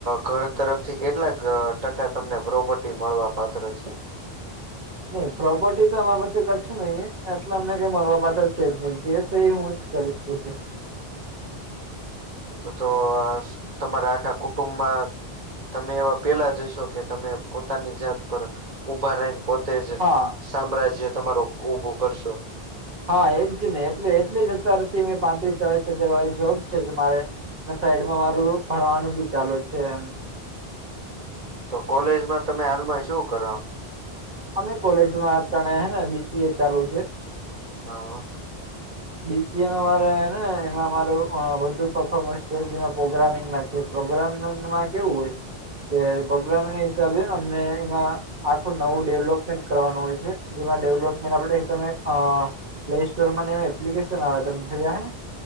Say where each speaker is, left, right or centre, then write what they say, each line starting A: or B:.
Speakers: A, on the right; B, on the right.
A: ઘર તરફથી કેટલાક ટકા તમને પ્રોપર્ટી મળવા પાત્ર છે?
B: નહી પ્રોપર્ટી તો અમારી પાસે કછું નહી હે, એટલે અમને કઈ મળવા પાત્ર છે જ નહી જે એ હું જ કરીશ બધી.
A: તો તો તમારા આખા કુટુંબમાં તમે એવા પેલા જશો કે તમે પોતાની જાત પર ઊભા રહીને પોતે જ
B: હા
A: સામ્રાજ્ય તમારું ઊભું કરશો.
B: હા એ જ ને એટલે એટલે જ અત્યારથી મેં પાત્રીસ ચાલીસ હજાર વાળી જોબ છે કે મારે અને સાઈડમાં મારું ભણવાનું બી ચાલુ છે, એમ
A: તો કોલેજમાં તમે હાલમાં શું કરો?
B: અમે કોલેજમાં અટાણે હે ને બી સી એ ચાલુ છે.
A: હા
B: બી સી એ માં મારે ને એમાં મારું અહ, વધુ પફોર્મન્સ છે, જે પ્રોગ્રામિંગમાં છે, પ્રોગ્રામિંગમાં કેવું હોય કે પ્રોગ્રામને હિસાબે અમને એમાં આખું નવું ડેવલપમેન્ટ કરવાનું હોય છે જેમાં ડેવલપમેન્ટ આપડે તમે અહ પ્લેસ્ટોરમાં ને એપ્લિકેશન આવે તમે જોય હે?